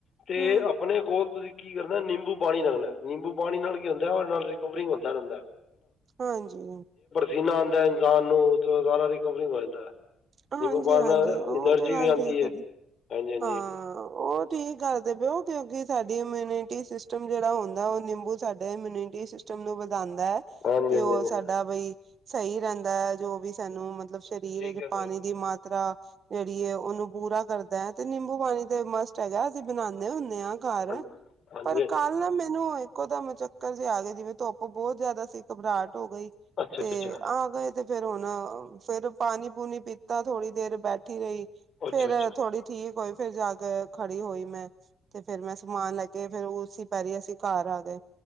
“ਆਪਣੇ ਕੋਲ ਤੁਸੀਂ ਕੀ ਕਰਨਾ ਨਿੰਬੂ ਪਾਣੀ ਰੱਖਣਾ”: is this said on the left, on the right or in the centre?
Left